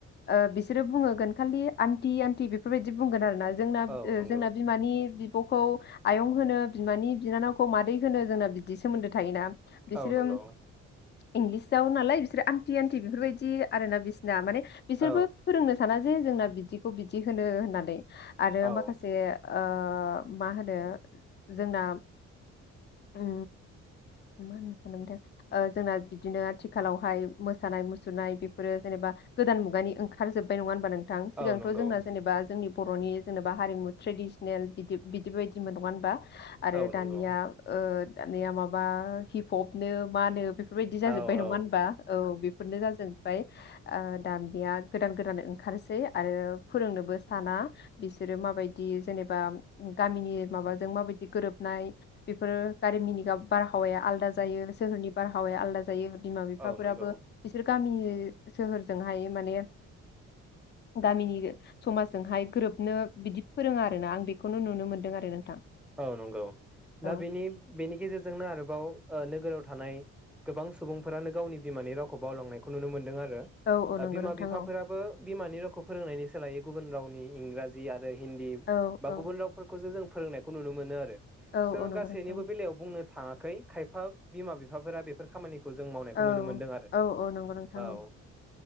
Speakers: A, on the left; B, in the centre.
A: ओ बिसोरो बुंहोगोन। खालि आन्टि आन्टि बेफोरबायदि बुंगोन आरो ना? जोंनाब
B: औ
A: ओ
B: नंगौ
A: जोंना बिमानि बिब बिब'खौ आयं होनो बिमानि बिनानावखौ मादै होनो जोंना बिदि सोमोन्दो थायोना? बिसोरो
B: औ नंगौ।
A: इंलिसाव नालाय बिसोर आन्टि आन्टि बेफोरबायद दि आरो ना बिसिना माने बिसोरबो
B: औ
A: फोरोंनो साना। जे जोंना बिदिखौ बिदि होनो होननानै। आरो
B: औ
A: माखासे ओ मा होनो जोंना उम मा होननो सानदोंमोनथाय जोंना बिदिनो आथिखालावहाय मोसानाय मुसुरनाय बेफोरो जेनेबा गोदान मुगानि ओंखारजोबबाय नङा होन बा नोंथां
B: औ
A: सिगांथ
B: नंगौ
A: जोंना जेनेबा जोंनि बर'नि जेनेबा हारिमु ट्रेडिसनेल बिदि बिदि बायदिमोन नङा होनबा? आरो
B: औ नंगौ
A: दानिया ओ दानिया माबा हि पप नो मा नो बेफ बेफोरबायदि
B: औ
A: जाजोब्बाय नङा
B: औ
A: होनबा औ बेफोरनो जाजोबबाय। ओ दानिया गोदान गोदान ओं ओंखारसै आरो फोरोंनोबो साना बिसोरो माबायदि जेनेबा गामिनि माबाजों माबायदि गोरोबनाय बेफोरो गामिनि बारहावाया आलदा जायो सोहोरनि बारहावाया आलादा जायो बिमा बिफाफोराबो
B: औ नंगौ
A: बिसोर गामिनि नि सोहोरजोंहाय माने गामिनि समाजजोंहाय गोरोबनो बिदि फोरोङो आरोना आं बेखौनो नुनो मोनदों आरो नोंथां।
B: औ नंगौ
A: औ
B: दा बेनि बेनि गेजेरजोंनो आरोबाव ओ‌ नोगोराव थानाय गोबां सुबुंफोरानो गावनि बिमानि रावखौ बावलांनायखौ नुनो मोनदों आर रो
A: औ औ नंगौ
B: ओ बिमा
A: नोंथां
B: बिफाफोराबो
A: औ
B: बिमानि रावखौ फोरोंनायनि सोलायै गुबुन रावनि इंराजि आरो हिन्दी
A: औ
B: बा
A: औ
B: गुबुन रावफोरखौसो जों फोरोंनायब खौ नुनो मोनो आरो
A: औ
B: जोङो
A: औ नंगौ
B: गासैनिबो
A: नोंथां
B: बेलायाव बुंनो थाङाखै खायफा बिमा बिफाफोरा बेफोर खामानिख खौ जों मावनायखौ
A: औ
B: नुनो मोनदों आरो
A: औ औ नंगौ नोंथां
B: औ